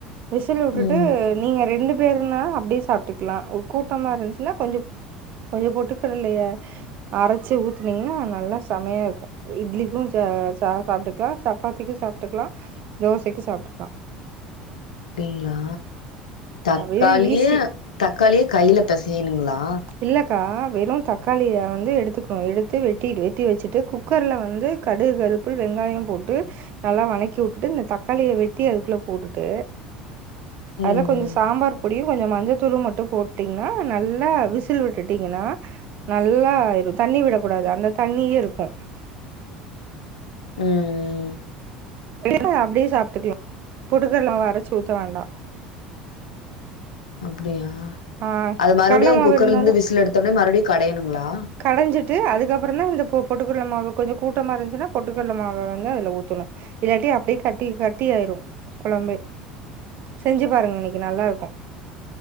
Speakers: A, on the right (about 50°); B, on the left (about 75°).
A: விசில் வுட்டுட்டு
B: ம்
A: நீங்க ரெண்டு பெர்னா அப்டியே சாப்ட்டுக்லா ஒ கூட்டமா இருந்துச்சுன்னா கொஞ்சோ கொஞ்ச பொட்டுக்கட்லய அரச்சி ஊத்துனீங்கன்னா நல்லா செமையாருக்கும் இட்லிக்கு ச சா சாப்ட்டுக்கலா சப்பாத்திக்கு சாப்ட்டுக்கலா தோசைக்கு சாப் ட்பா
B: டிங்ளா தக்காளிய
A: வெரி ஈஸி
B: தக்காளிய கையில பெசையணுங்ளா
A: இல்லக்கா வெறும் தக்காளிய வந்து எடுத்துக்கோங்க எடுத்து வெட்டிடு வெட்டி வச்சிட்டு கு க்கர்ல வந்து கடுகு கருவப்பில் வெங்காயம் போட்டு நல்லா வழக்கி வுட்டுட்டு இந்த தக்காளிய வெட்டி அதுக்குள்ள போட்டுட்டு
B: ம்
A: அதுல கொஞ்ச சாம்பார் பொடியும் கொஞ்சோ மஞ்சத்தூளு மட்டு போட்டீங்ன்னா நல்லா விஸ் சில் விட்டுட்டீங்கன்னா நல்லா தண்ணி விடக்கூடாது அந்த தண்ணியே இருக்கும்
B: ம் ம்
A: இல்ல அப்டியே சாப்ட்டுக்கலா பொட்டுக்கடல அரச்சு ஊத்த வேண்டா
B: அப்டியா
A: ஆ
B: அது மறுபடியு
A: கடல மாவு
B: குக்கர்ல
A: இருந்தாலும்
B: இருந்து விசில் எடுத்தோடனே மறுபடியு கடையணுங்ளா
A: கடஞ்சிட்டு அதுக்கப்புறந்தா இந்த பொ பொட்டுக்கடல மாவ கொஞ்சோ கூட்டமா இருந்துச்சுன்னா பொட்டுக்கட்ல மாவ வந்து அதுல ஊத்தணு இல்லாட்டி அப்டியே கட்டி கட்டியாயிரும் கொழம்பே செஞ்சு பாருங்க இன்னைக்கி நல்லாருக்கும்